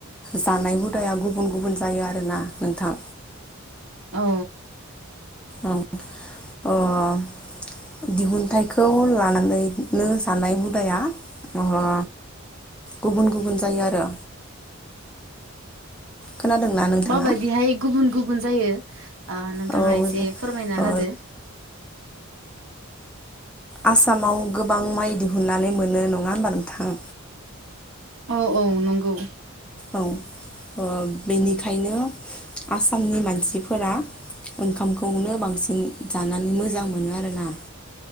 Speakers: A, in the centre; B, on the right.
A: जानाय हुदाया गुबुन गुबुन जायो आरोना नोंथां।
B: औ
A: औ अ दिहुनथाइखौ लानानैनो सानाय हुदाया अ गुबुन गुबुन जायो आरो खोनादोंना नोंथाङा
B: माबायदिहाय गुबुन गुबुन जायो? ओ नोंथाङा
A: औ
B: एसे फोरमायना
A: ओ
B: होदो।
A: आसामाव गोबां माइ दिहुननानै मोनो नङा होमबा नोंथां।
B: औ औ नंगौ
A: औ बेनिखायनो आसामनि मानसिफोरा ओंखामखौनो बांसिन जानानै मोजां मोनो आरोना